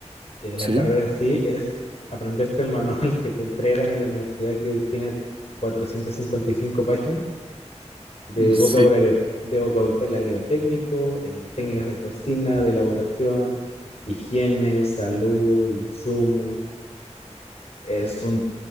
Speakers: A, on the left; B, on the right.
A: eh,
B: Sí,
A: la carrera en sí es aprenderte el manual <laughs> que te entregan en la universidad que tiene 455 páginas de
B: <laughs>
A: vocabulario,
B: sí,
A: de vocabulario técnico, eh, técnicas de cocina, de elaboración, higiene, salud, insumos. Es un